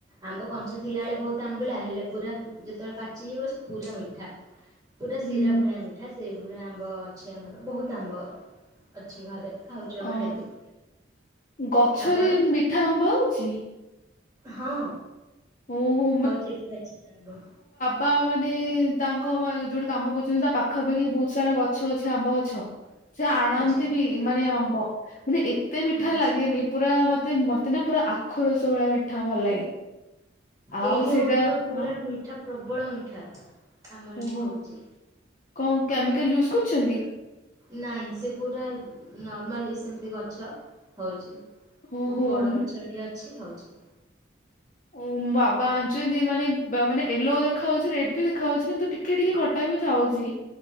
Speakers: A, on the right; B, on the left.
A: ଆମ୍ବ କଞ୍ଚା ଥିଲା ବେଳେ ବହୁତ ଆମ୍ବିଳା ହେଲେ ପୁରା ଯେତେବେଳେ ପା ଯିଏ ବ ପୁରା ମିଠା ପୁରା
B: ହୁଁ
A: ଶିରା ଭଳିଆ ମିଠା। ସେଇଭଳିଆ ଆମ୍ବ ଅଛି ଆମର ବହୁତ ଆମ୍ବ ଅଛି ଘରେ ଖାଉଛୁ ଆମେ
B: ଅ
A: ଡେଲି
B: ଗଛରେ
A: ଆପଣ?
B: ମିଠା ଆମ୍ବ ହଉଛି।
A: ହଁ
B: ଓହୋ
A: ହଉଛି ଏଠି ପାଚିଲା ଆମ୍ବ।
B: ବା ମାନେ ତାଙ୍କ ଯୋଉଟେ କାମ କରୁଛନ୍ତି ତା ପାଖା ପାାଖି ବହୁତ ସାରା ଗ ଗଛ ଆମ୍ବ ଗଛ ସେ ଆଣନ୍ତି
A: ଆଚ୍ଛା
B: ବି ମାନେ ଆମ୍ବ ମାନେ ଏତେ ମିଠା
A: ଆଚ୍ଛା
B: ଲାଗେନି ପୁରା ମତେ ମତେ ନା ପୁରା ଆଖୁ ରସ ଭଳିଆ ମିଠା ଭଲ ଲାଗେ। ଆଉ
A: ଏଇଠି
B: ସେଇଟା
A: ହଉଚି ପୁରା
B: ହଁ,
A: ମିଠା ପ୍ରବଳ ମିଠା। ଆମର
B: ଓହୋ
A: ଏଠି ହଉଛି।
B: କଣ କେମିକାଲ ୟୁଜ୍ କରୁଛନ୍ତି?
A: ନାଇଁ ସେ ପୁରା ନର୍ମାଲି ସେମିତି ଗଛ ହଉଛି।
B: ଓହୋ
A: ବହୁତ ବଡ
B: ମ-
A: ଗଛଟେ ଅଛି ହଉଛି।
B: ଓୋ ବାବା ଆଣିଛନ୍ତି ମାନେ ମାନେ ୟେଲୋ ଦେଖା ହେଉଛି ରେଡ୍ ବି ଦେଖାହାଉଉଛି କିନ୍ତୁ ଟିକେ କି ଟିକେ ଖଟା ବି ଥାଉଛି।